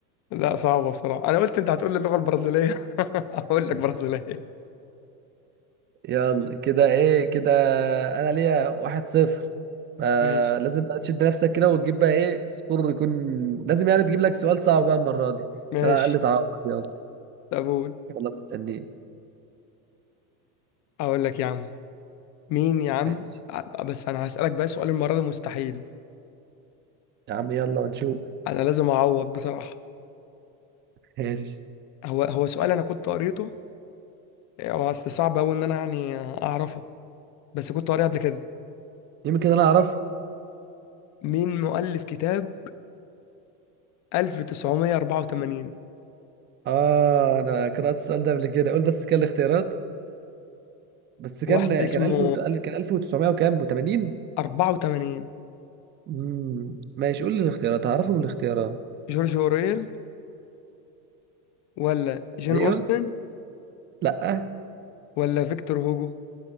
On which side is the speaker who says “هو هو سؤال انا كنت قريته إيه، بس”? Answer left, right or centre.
Left